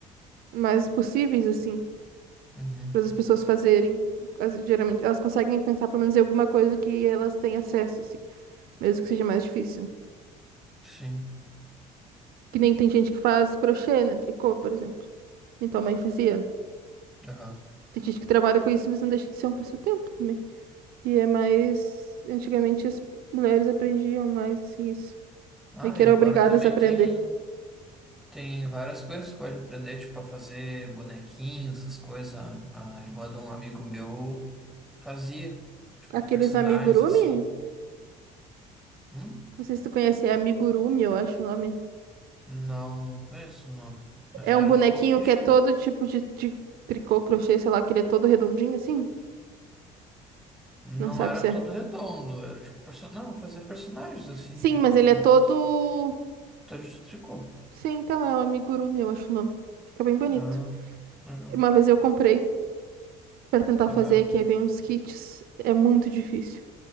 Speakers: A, on the right; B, in the centre.
A: mais possíveis, assim,
B: Uhum.
A: para as pessoas fazerem. As- geralmente, elas conseguem pensar, pelo menos, em alguma coisa que elas têm acesso, assim, mesmo que seja mais difícil.
B: Sim.
A: Que nem tem gente que faz crochê, né? Tricô, por exemplo. E tua mãe fazia, né?
B: Aham.
A: Tem gente que trabalha com isso, mas não deixa de ser um passatempo também. E é mais... Antigamente, as mulheres aprendiam mais, assim, isso.
B: Ah,
A: Meio que
B: e
A: eram
B: agora
A: obrigadas
B: também
A: a aprender.
B: tem, tem várias coisas que pode aprender, tipo, a fazer bonequinhos, essas coisas. A a irmã de um amigo meu fazia, tipo,
A: Aqueles
B: personagens
A: amigurumi?
B: assim. Hum?
A: Não sei se tu conhece, é amigurumi, eu acho o nome.
B: Não conheço o nome, mas
A: É
B: era
A: um bonequinho
B: tipo uns bichinhos.
A: que é todo tipo de, de tricô, crochê, sei lá, que ele é todo redondinho assim?
B: Não
A: Não sabe
B: era
A: se
B: todo
A: é.
B: redondo, era tipo person... não, fazia personagens assim.
A: Sim, mas ele
B: Hum,
A: é todo.
B: Todo de tricô.
A: Sim, então é o amigurumi, eu acho o nome. Fica bem bonito.
B: Ah, legal.
A: Uma vez eu comprei pra tentar
B: Aham.
A: fazer, que aí vem uns kits. É muito difícil.